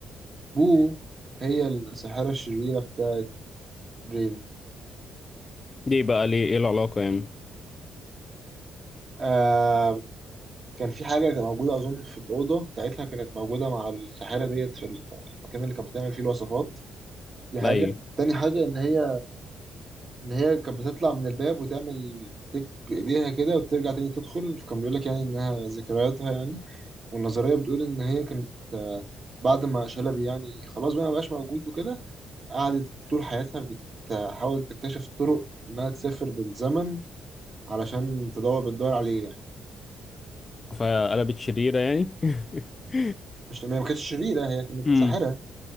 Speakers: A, on the right (about 40°); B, on the left (about 30°).
A: بو هي الساحره الشريره بتاعت بريف
B: دي بقى ليه ايه العلاقة يعني؟
A: آه كان في حاجه كانت موجوده اظن في الاوضه بتاعتها كانت موجوده مع الساحره ديت في المكان اللي كانت بتعمل فيه الوصفات دي حاجه
B: ده ايه
A: تاني حاجه ان هي اللي هي كانت بتطلع من الباب وتعمل تك بإيديها كده وترجع تاني تدخل فكان بيقول لك يعني إنها ذكرياتها يعني والنظرية بتقول إن هي كانت آه، بعد ما شلبي يعني خلاص بقى ما بقاش موجود وكده قعدت طول حياتها بتحاول تكتشف طرق إنها تسافر بالزمن علشان تدور بتدور عليه يعني
B: فقلبت شريرة يعني؟ <laughs>
A: مش إن هي ما كانتش شريرة هي كانت
B: امم
A: ساحرة